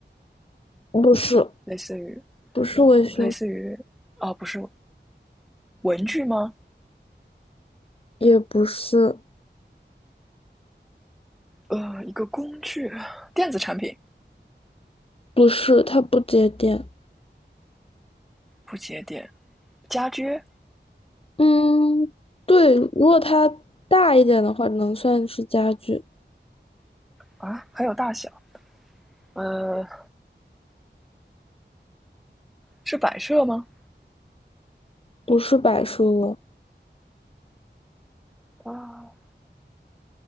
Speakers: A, on the left (about 30°); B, in the centre.
A: 不是，
B: 类似于，
A: 不是维修，
B: 类似于，啊，不是文具吗？
A: 也不是，
B: 呃，一个工具，电子产品，
A: 不是，它不接电。
B: 不接电，家居
A: 嗯，对，如果它大一点的话，能算是家具，
B: 啊，还有大小，呃，是摆设吗？
A: 不是摆设。
B: 啊，